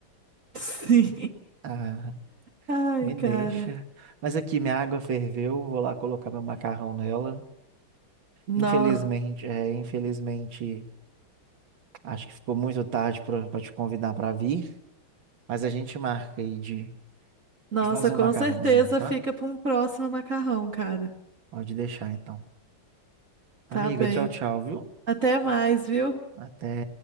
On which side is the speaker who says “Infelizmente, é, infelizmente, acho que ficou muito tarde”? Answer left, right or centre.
Right